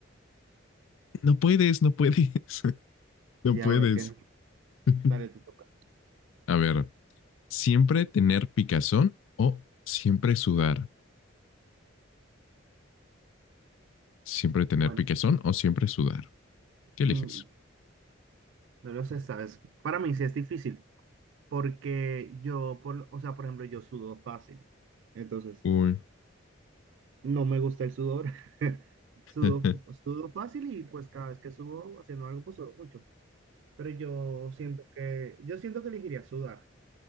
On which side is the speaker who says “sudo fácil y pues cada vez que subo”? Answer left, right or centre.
Right